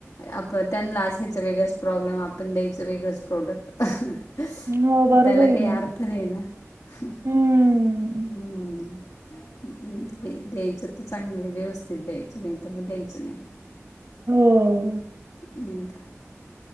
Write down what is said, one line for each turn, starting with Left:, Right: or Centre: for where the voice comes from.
Left: आप त्यांना असायचा वेगळाच प्रॉब्लेम, आपण द्यायचं वेगळंच प्रोडक्ट. अहं
Right: हो बरोबर
Left: त्याला
Right: आहे
Left: काय
Right: ना
Left: अर्थ नई ना. हम्म
Right: हम्म
Left: ते द्यायचं. चांगलं व्यवस्थित द्यायचं नई तर म द्यायचं नाई.
Right: हो
Left: नई का.